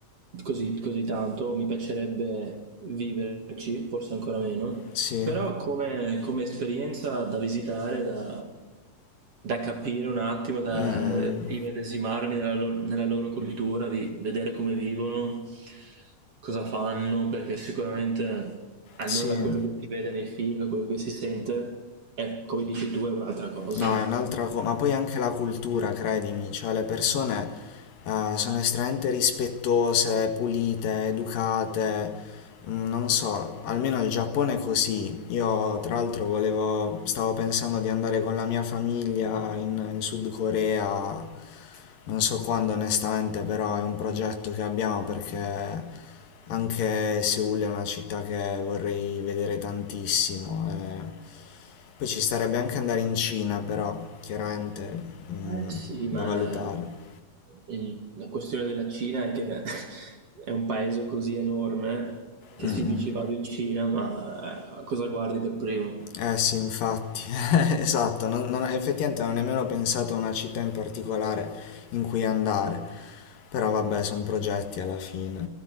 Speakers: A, on the right; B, on the left.
A: così, così tanto, mi piacerebbe viverci, forse ancora meno,
B: Sì.
A: però come, come esperienza da visitare, da, da capire un attimo, da
B: Mm, mm,
A: eh, immedesimarmi nella, lo- nella loro cultura, di vedere come vivono, cosa fanno, perché sicuramente, almeno
B: Sì.
A: da quello che si vede nei film, da quello che si sente, è, come dici tu, è un'altra cosa.
B: No, è un'altra cosa, ma poi anche la cultura, credimi, cioè le persone eh, sono estremamente rispettose, pulite, educate, mm, non so, almeno il Giappone è così. Io tra l'altro volevo, stavo pensando di andare con la mia famiglia in, in Sud Corea, non so quando onestamente, però è un progetto che abbiamo perché anche Seoul è una città che vorrei vedere tantissimo. e- poi ci starebbe anche andare in Cina, però chiaramente mm,
A: Eh sì,
B: da
A: ma
B: valutare.
A: il- la questione della Cina è che <laughs> è un paese così enorme che
B: Mm, mm.
A: si dice vado in Cina, ma eh, cosa guardi per primo?
B: Eh sì, infatti, <laughs> esatto, non- non- effettivamente non ho nemmeno pensato a una città in particolare in cui andare, però vabbè, sono progetti alla fine,